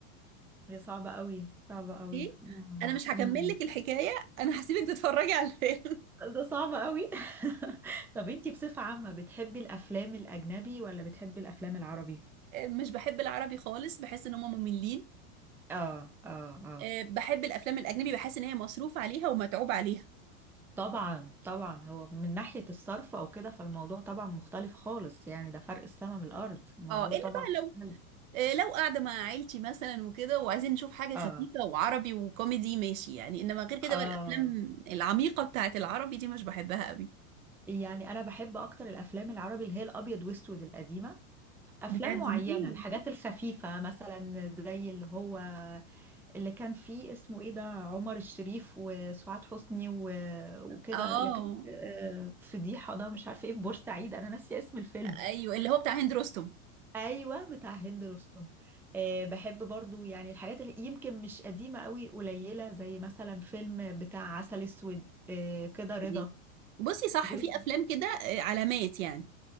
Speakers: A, in the centre; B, on the right.
A: يا صعبة قوي صعبة قوي
B: ايه
A: مم.
B: انا مش هكمل
A: مم.
B: لك الحكاية انا هسيبك تتفرجي على الفيلم
A: ده صعبة قوي <laughs> طب انتي بصفة عامة بتحبي الأفلام الأجنبي ولا بتحبي الأفلام العربي؟
B: <laughs> مش بحب العربي خالص بحس ان هم مملين
A: اه اه اه
B: أه، بحب الافلام الاجنبي بحس ان هي مصروف عليها ومتعوب عليها
A: طبعا طبعا هو من ناحية الصرف أو كده فالموضوع طبعا مختلف خالص يعني ده فرق السما من الأرض الموضوع
B: اه الا
A: طبعا
B: بقى لو
A: مختلف
B: آه، لو قاعدة مع عيلتي مثلا وكده وعايزين نشوف حاجة
A: اه
B: خفيفة وعربي وكوميدي ماشي يعني انما غير كده
A: اه
B: بقى الافلام العميقة بتاعت العربي دي مش بحبها قوي
A: يعني أنا بحب أكتر الأفلام العربي اللي هي الأبيض وأسود القديمة افلام
B: بتاعت
A: معينه
B: زمان
A: الحاجات الخفيفه مثلا زي اللي هو اللي كان فيه اسمه ايه ده عمر الشريف وسعاد حسني و... وكده
B: اه
A: اللي كان آه، فضيحه ده مش عارفه ايه في بورسعيد انا ناسيه اسم الفيلم
B: ايوه اللي هو بتاع هند رستم
A: ايوه بتاع هند رستم أه بحب برضو يعني الحاجات اللي يمكن مش قديمه قوي قليله زي مثلا فيلم بتاع عسل اسود أه كده رضا
B: دي. بصي صح
A: دول-
B: في افلام كده آه، علامات يعني